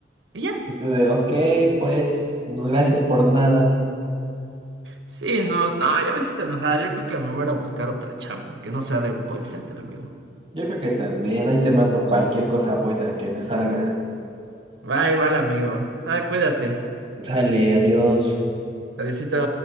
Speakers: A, on the right; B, on the right.
A: Y ya.
B: Y tú de, ok, pues, pues gracias por nada.
A: Sí, no, no, ya me hiciste enojar. Yo creo que me voy a ir a buscar otra chamba, que no sea de un call center, amigo.
B: Yo creo que también ahí te mando cualquier cosa buena que me salga.
A: Bye, igual, amigo. Ah, cuídate.
B: Sale, adiós.
A: Adiósito.